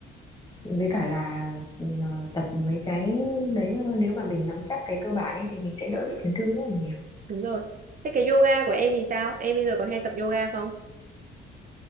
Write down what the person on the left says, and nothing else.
với cả là ờ, tập mấy cái đấy ờ, nếu mà mình nắm chắc cái cơ bản ấy thì mình sẽ đỡ bị chấn thương rất là nhiều